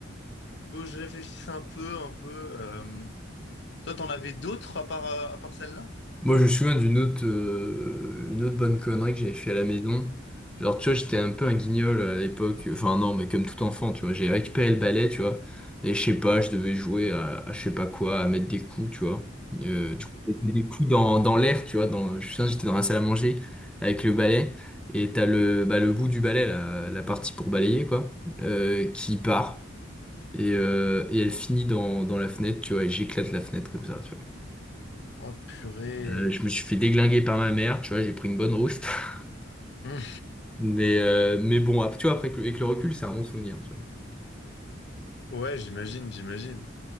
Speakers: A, on the left; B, in the centre.
A: faut que je réfléchisse un peu, un peu. euh. Toi, t'en avais d'autres à part, euh, à part celle-là?
B: Moi, je me souviens d'une autre, euh, une autre bonne connerie que j'avais fait à la maison. Genre, tu vois, j'étais un peu un guignol à l'époque. Enfin, non, mais comme tout enfant, tu vois. J'ai récupéré le balai, tu vois. Et je sais pas, je devais jouer à, à je sais pas quoi, à mettre des coups, tu vois. Euh, tu mettais des coups dans, dans l'air, tu vois. Dans, je me souviens, j'étais dans la salle à manger avec le balai. Et t'as le, bah, le bout du balai, la, la partie pour balayer, quoi, euh, qui part. Et, euh, et elle finit dans, dans la fenêtre, tu vois. Et j'éclate la fenêtre comme ça, tu vois.
A: Oh, purée.
B: Euh, je me suis fait déglinguer par ma mère, tu vois, j'ai pris une bonne rouste. <laughs>
A: Hum,
B: Mais, euh, mais bon, ap- tu vois, après, que- avec le recul, c'est un bon souvenir, tu vois.
A: Ouais, j'imagine, j'imagine.